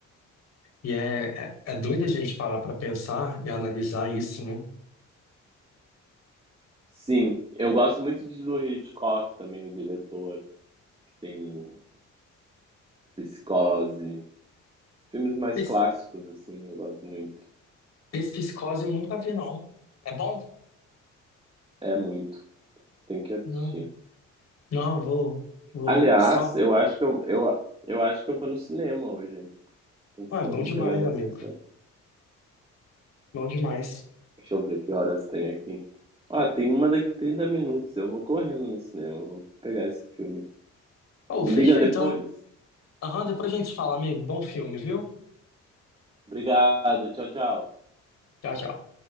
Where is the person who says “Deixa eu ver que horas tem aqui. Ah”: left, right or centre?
Right